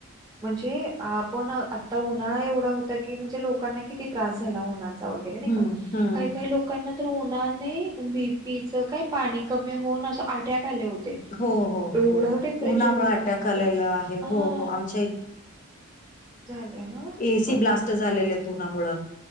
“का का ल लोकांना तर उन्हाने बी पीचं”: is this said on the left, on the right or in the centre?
Right